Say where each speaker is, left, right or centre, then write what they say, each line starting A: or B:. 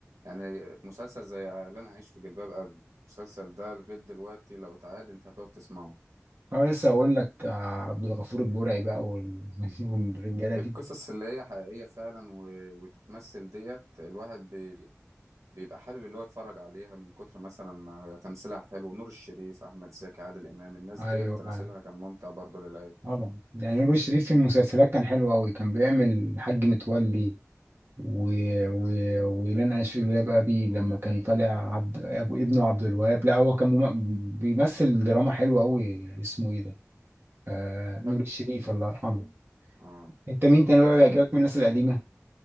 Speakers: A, on the right; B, on the right.
A: يعني مسلسل زي اللي انا عايش في جلباب ابي المسلسل ده لغايه دلوقتي لو اتعاد انت هتقعد تسمعه
B: أنا لسه أقول لك آه، عبد الغفور البرعي بقى وال- <laughs> والرجالة
A: القصص
B: دي
A: اللي هي حقيقيه فعلا و... وتتمثل ديت الواحد بي... بيبقى حابب اللي هو يتفرج عليها من كتر مثلا ما هي تمثيلها حلو نور الشريف احمد زكي عادل امام الناس
B: أيوه
A: ديت تمثيلها كان ممتع برضو للعين
B: طبعا يعني نور الشريف في المسلسلات كان حلو قوي كان بيعمل حاج متولي و... و... ولن اعيش في جلباب ابي لما كان طالع عبد... ابو ابنه عبد الوهاب لا هو كان مم... بيمثل دراما حلوه قوي اسمه ايه ده آه... نور
A: بتحب
B: الشريف الله يرحمه
A: اه
B: انت مين تاني بقى
A: انت بتحب
B: بيعجبك من الناس القديمه